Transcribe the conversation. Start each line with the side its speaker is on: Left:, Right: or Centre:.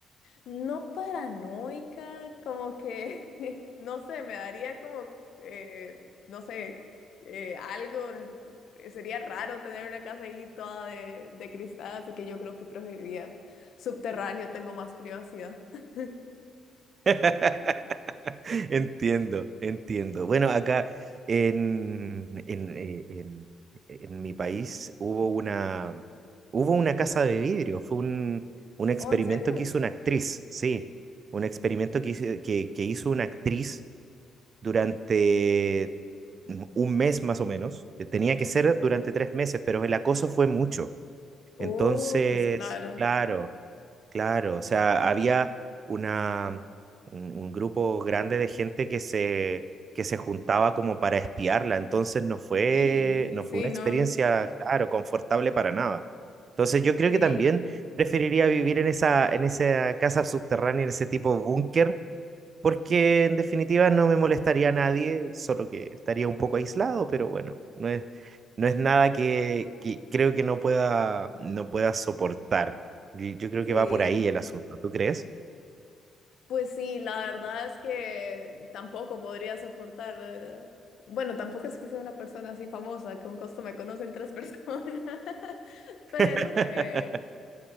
Left: No paranoica, como que, <laughs> no sé, me daría como, eh, no sé, eh, algo, n- sería raro tener una casa ahí toda de, de cristal, así que yo creo que preferiría subterráneo, tengo más privacidad. <laughs>
Right: <laughs> Entiendo, entiendo. Bueno, acá en, en, eh, en- en mi país hubo una, hubo una casa de vidrio, fue un, un experimento
Left: Oh, ¿en serio?
Right: que hizo una actriz, sí, un experimento que hizo, que, que hizo una actriz durante un mes más o menos, eh, tenía que
Left: Oh,
Right: ser durante tres meses, pero el acoso fue mucho.
Left: oh,
Right: Entonces,
Left: pues claro.
Right: claro, claro, o sea, había una, un, un grupo grande de gente que se, que se juntaba como para espiarla, entonces no fue,
Left: Y
Right: no fue
Left: sí,
Right: una experiencia,
Left: no,
Right: claro, confortable para nada. Entonces yo creo
Left: sí,
Right: que también preferiría vivir en esa, en esa casa subterránea, en ese tipo búnker, porque en definitiva no me molestaría a nadie, solo que estaría un poco aislado, pero bueno, no es, no es nada que, que creo que no pueda, no pueda soportar. Y Yo creo
Left: sí.
Right: que va por ahí el asunto, ¿tú crees?
Left: Pues sí, la verdad es que tampoco podría soportar. eh, Bueno, tampoco es que sea una persona así famosa, con costo me conocen tres personas, <laughs> pero
Right: <laughs>
Left: eh,